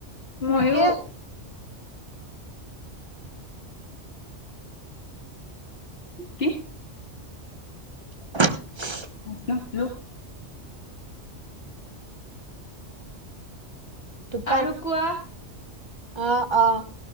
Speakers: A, on the left (about 55°); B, on the right (about 25°).
A: ময়ো
B: তাকে
A: কি
B: <unintelligible>
A: <unintelligible>
B: দোকান
A: আৰু কোৱা
B: অ', অ'